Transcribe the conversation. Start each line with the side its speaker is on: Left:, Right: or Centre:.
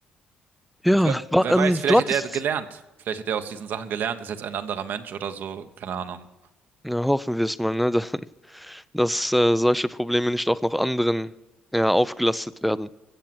Centre: Ja,
Right: Und wer,
Centre: wa-
Right: wer
Centre: ähm,
Right: weiß, vielleicht
Centre: du hattest.
Right: hat er gelernt. Vielleicht hat er aus diesen Sachen gelernt, ist jetzt ein anderer Mensch oder so. Keine Ahnung.
Centre: Ja, hoffen wir es mal, ne? <laughs> Dass, äh, solche Probleme nicht auch noch anderen ja, aufgelastet werden.